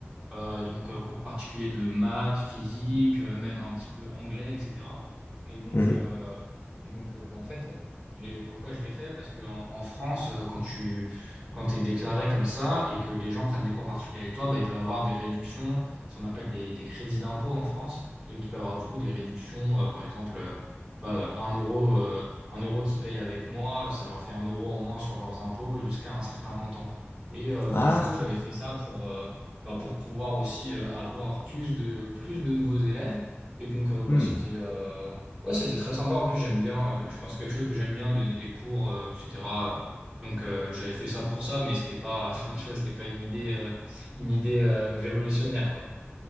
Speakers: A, on the right; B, on the left.
A: Euh, donc, euh, cours particuliers de maths, physique, euh, même un petit peu anglais, etc. Et donc,
B: Mhm.
A: euh, et donc euh, bah, en fait, euh, j'ai- pourquoi je l'ai fait? Parce qu'en en en France, euh, quand tu quand t'es déclaré comme ça et que les gens prennent des cours particuliers avec toi, bah, ils peuvent avoir des réductions, ce qu'on appelle des, des crédits d'impôt en France. Et donc, ils peuvent avoir du coup des réductions, euh, par exemple, euh, euh, un euro, euh, un euro qu'ils payent avec moi, ça leur fait un euro en moins sur leurs impôts jusqu'à un certain montant. Et euh,
B: Ah,
A: donc, du coup, j'avais fait ça pour. euh, enfin, pour pouvoir aussi euh, avoir plus de, plus de nouveaux élèves. Et donc, euh, bah,
B: hmm.
A: c'était euh, ouais, c'était très sympa. En plus, j'aime bien, euh, je pense quelque chose que j'aime bien, donner des cours, euh, etc. Donc, euh, j'avais fait ça pour ça, mais c'était pas, <laughs> moi, tu vois, c'était pas une idée, euh, une idée euh, révolutionnaire, quoi.